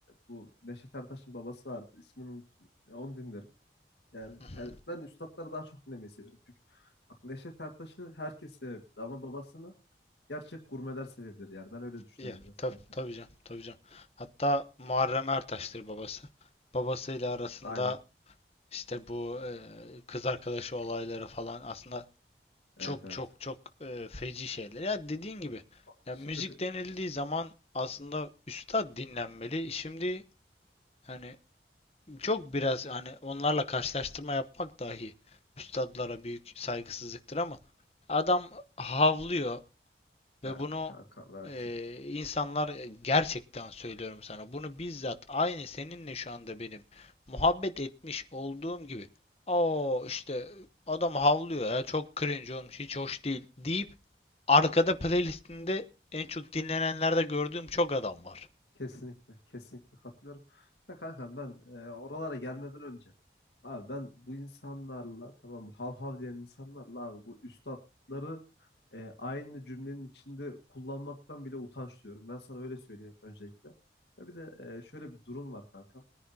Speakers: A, on the left; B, on the left.
A: bu Neşet Ertaş'ın babası vardı. İsmini unuttum. Ya onu dinlerim. Yani,
B: Hı hı.
A: yani ben üstatları daha çok dinlemeyi seviyorum. Çünkü bak Neşet Ertaş'ı herkes sevebilir ama babasını gerçek gurmeler sevebilir. Yani ben öyle düşünüyorum
B: Ya
A: biraz
B: tabii
A: kanka.
B: tabii canım tabii canım. Hatta Muharrem Ertaş'tır babası. Babasıyla arasında
A: Aynen.
B: işte bu e, kız arkadaşı olayları falan aslında
A: Evet
B: çok
A: evet.
B: çok çok e, feci şeyler. Ya dediğin gibi
A: Bak
B: ya
A: şimdi
B: müzik
A: kı-
B: denildiği zaman aslında üstad dinlenmeli. Şimdi hani çok biraz hani onlarla karşılaştırma yapmak dahi üstadlara büyük saygısızlıktır ama adam havlıyor
A: ya,
B: ve bunu
A: kankam evet.
B: e, insanlar e, gerçekten söylüyorum sana bunu bizzat aynı seninle şu anda benim muhabbet etmiş olduğum gibi o işte adam havlıyor ya çok cringe olmuş hiç hoş değil deyip arkada playlistinde en çok dinlenenlerde gördüğüm çok adam var.
A: Kesinlikle, kesinlikle katılıyorum. Ya kanka ben e, oralara gelmeden önce abi ben bu insanlarla tamam mı, hav hav diyen insanlarla abi bu üstatları e, aynı cümlenin içinde kullanmaktan bile utanç duyuyorum. Ben sana öyle söyleyeyim öncelikle. Ya bir de e, şöyle bir durum var kankam.